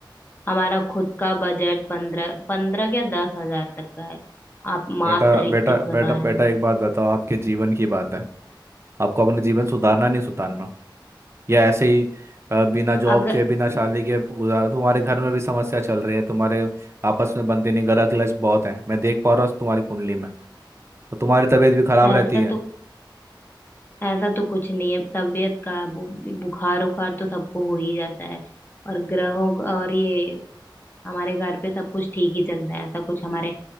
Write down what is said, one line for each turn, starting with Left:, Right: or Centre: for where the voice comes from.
Left: हमारा खुद का बजट पंद्रह पंद्रह क्या दस हजार तक का है आप मात्र
Right: बेटा
Left: इक्कीस
Right: बेटा
Left: बता
Right: बेटा बेटा
Left: रहे हैं
Right: एक बात बताओ आपके जीवन की बात है आपको अपना जीवन सुधारना है, नहीं सुधारना या ऐसे ही अ, बिना जॉब
Left: अगर
Right: के बिना शादी के गुजारा तुम्हारे घर में भी समस्या चल रही है तुम्हारे आपस में बनते नहीं ग्रह क्लेश बहुत है मैं देख पा रहा हूँ तुम्हारी कुंडली में तो तुम्हारी तबीयत भी खराब
Left: ऐसा
Right: रहती है
Left: तो ऐसा तो कुछ नहीं है तबीयत का बु, बुखार उखार तो सबको हो ही जाता है और ग्रहों का- और ये हमारे घर पे सब कुछ ठीक ही चलता है ऐसा कुछ हमारे